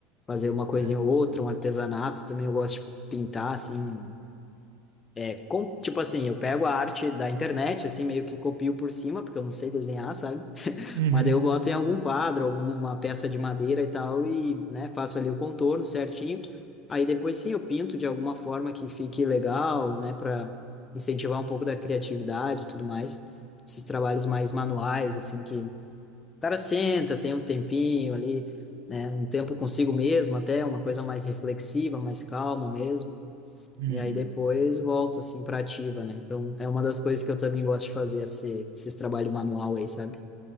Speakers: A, on the left; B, on the right.
A: Fazer uma coisinha
B: é.
A: ou outra, um artesanato, também eu gosto de pintar assim, é com- tipo assim, eu pego a arte da internet assim meio que copio por cima, porque eu não sei desenhar, sabe?
B: Uhum,
A: Mas daí eu boto em algum quadro, alguma peça de madeira e tal, e, né, faço ali o contorno certinho. Aí depois sim eu pinto de alguma forma que fique legal, né, para incentivar um pouco da criatividade e tudo mais. Esses trabalhos mais manuais, assim, que o cara senta, tem um tempinho ali, né, um tempo consigo mesmo até, uma coisa mais reflexiva, mais calma mesmo.
B: uhum.
A: E aí depois volto, assim, pra ativa, né? Então é uma das coisas que eu também gosto de fazer, esse, esse trabalho manual aí, sabe?